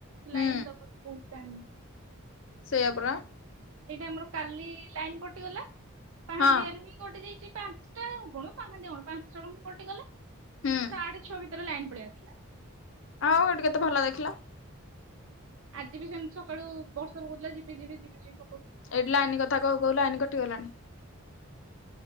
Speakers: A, on the left (about 60°); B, on the right (about 65°).
A: ହୁଁ
B: ଲାଇନ ଦବାକୁ ବହୁତ ଟାଇମ
A: ସେୟା ପରା।
B: ଏଇଟା ଆମର କାଲି ଲାଇନ କଟିଗଲା ପାହାନ୍ତୀୟାରୁ
A: ହଁ
B: ହିଁ କଟି ଯାଇଛି। ପାଞ୍ଚଟା ହଉ କଣ ପା କଣ ପାଞ୍ଚଟା ବେଳୁ କଟିଗଲା
A: ହୁଁ
B: ସାଢେ ଛଅ ଲାଇନ ପଳେଇ ଆସିଲା।
A: ଆଉ ଏଠି କେତେ ଭଲ ଦେଖିଲ?
B: ଆଜି ବି ସେମିତି ସକାଳୁ ବର୍ଷା ପୁକଉଥିଲା ଝିପି ଝିପି ଝିପି ଝି
A: ଏଇଠି ଲାଇନ କଥା କହୁ କହୁ ଲାଇନ୍ କଟିଗଲାଣି।